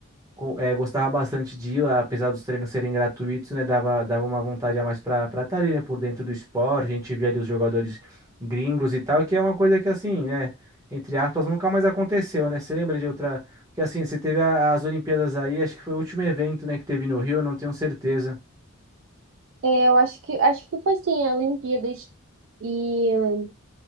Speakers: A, on the right; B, on the right.
A: co- eh, gostava bastante de ir, apesar dos treinos serem gratuitos, né? Dava, dava uma vontade a mais para para estar ali, né? Por dentro do esporte, a gente via ali os jogadores gringos e tal, que é uma coisa que assim, né? Entre aspas, nunca mais aconteceu, né? Você lembra de outra? Que assim, você teve a- as Olimpíadas aí, acho que foi o último evento, né, que teve no Rio, eu não tenho certeza.
B: É, eu acho que acho que foi sim, a Olimpíadas e uh,